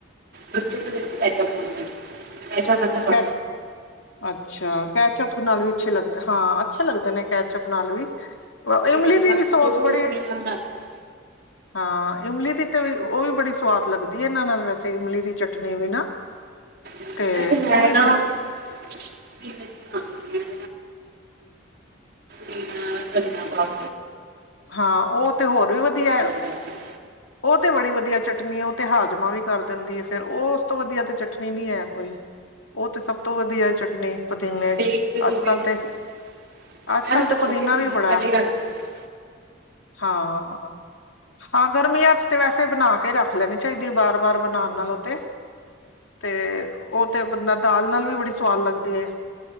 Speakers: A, on the right; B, on the left.
A: ਬੱਚੇ ਨੂੰ ਦੇਖ ਕੇ ਪਹਿਚਾਨ ਜਾਂਦੇ ਨੇਂ। ਇਹ ਤੇ ਓਹਨਾਂ ਦਾ ਕੰਮ
B: ਕੈ ਅੱਛਾ ਕੈਚਅਪ ਨਾਲ ਵੀ ਅੱਛੇ ਲੱਗਦੇ ਹਾਂ। ਅੱਛੇ ਲੱਗਦੇ ਨੇ ਕੈਚਅਪ ਨਾਲ ਵੀ। ਔ ਇਮਲੀ
A: ਤੇ
B: ਦੀ
A: ਬਾਕੀ
B: ਵੀ ਸੋਸ
A: ਦੋ ਚਟਨੀਆਂ
B: ਬੜੀ
A: ਮੈਂ ਬਣਾ ਲੈਂਦੀ
B: ਹਾਂ ਇਮਲੀ ਦੀ ਤੇ ਵਿ ਉਹ ਵੀ ਬੜੀ ਸਵਾਦ ਲੱਗਦੀ ਹੈ ਇਹਨਾਂ ਨਾਲ ਵੈਸੇ ਇਮਲੀ ਦੀ ਚਟਨੀ ਵੀ ਨਾ।
A: ਹਾਂ।
B: ਤੇ
A: ਵੈਸੇ ਮੈਂ
B: ਉਹ ਵੀ ਬੜੀ ਸ
A: <unintelligible> ਤੇ ਤਿੰਨ ਗਈਆਂ ਬੱਸ
B: ਹਾਂ ਉਹ ਤੇ ਹੋਰ ਵੀ ਵਧੀਆ ਐ
A: ਪਾ ਕੇ
B: ਉਹ ਤੇ ਬੜੀ ਵਧੀਆ ਚਟਨੀ ਹੈ ਉਹ ਤੇ ਹਾਜਮ ਮਾਂ ਵੀ ਕਰ ਦਿੰਦੀ ਹੈ ਫੇਰ ਔਸ ਤੋ ਵਧੀਆ ਤੇ ਚਟਨੀ ਨੀ ਹੈ ਕੋਈ ਉਹ ਤੇ ਸਭ ਤੋ ਵਧੀਆ ਏ ਚਟਨੀ। ਪੁਦੀਨੇ ਚ
A: ਤੇ ਇੱਕ ਜਿਵੇਂ
B: ਅੱਜ ਕੱਲ
A: ਮੈਂ
B: ਤੇ ਅੱਜ ਕੱਲ
A: ਨਾ
B: ਤੇ
A: ਬਣਾ
B: ਪੁਦੀਨਾ
A: ਕੇ ਫਿਰ
B: ਵੀ ਬੜਾ
A: ਪਹਿਲੇ ਹੀ ਰੱਖ ਦਿੰਦੀ ਹਾਂ
B: ਹਾਂ ਹਾਂ ਗਰਮੀਆਂ ਚ ਤੇ ਵੈਸੇ ਬਨਾ ਕੇ ਤੇ ਰੱਖ ਲੈਨੀ ਚਾਹੀਦੀ ਹੈ ਬਾਰ ਬਾਰ ਬਨਾਉਨ ਨਾਲੋ ਤੇ ਤੇ ਉਹ ਤੇ ਬੰਦਾ ਦਾਲ ਨਾਲ ਵੀ ਬੜੀ ਸਵਾਦ ਲੱਗਦੀ ਹੈ।